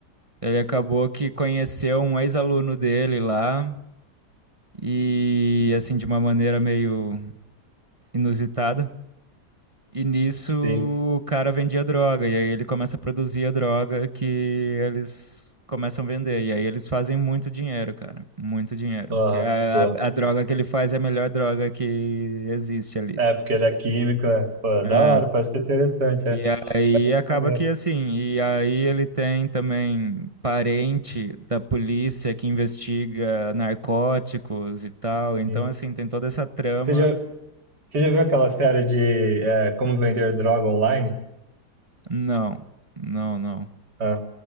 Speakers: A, on the right (about 25°); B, on the right (about 85°).
A: ele acabou que conheceu um ex-aluno dele lá e assim de uma maneira meio inusitada. E nisso
B: sim,
A: o cara vendia droga e aí ele começa a produzir a droga que eles começam a vender e aí eles fazem muito dinheiro, cara, muito dinheiro.
B: aham,
A: Que a,
B: pô,
A: a a droga que ele faz é a melhor droga que existe ali.
B: é porque ele é químico, né, pô,
A: É,
B: da hora, parece ser interessante, é,
A: e aí acaba
B: maneiro,
A: que assim, e aí ele tem também parente da polícia que investiga narcóticos e tal, então
B: sim.
A: assim, tem toda essa trama.
B: Você já, você já viu aquela série de é, Como Vender Droga Online?
A: Não, não, não.
B: Ah,